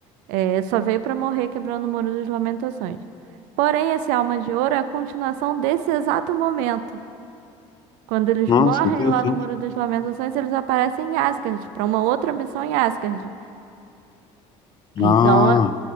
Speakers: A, on the right; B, on the left.
A: é, só veio para morrer quebrando o Muro das Lamentações. Porém, esse Alma de Ouro é a continuação desse exato momento. Quando eles
B: Nossa,
A: morrem
B: que interessante.
A: lá no Muro das Lamentações, eles aparecem em Asgard, para uma outra missão em Asgard. Então
B: Ah,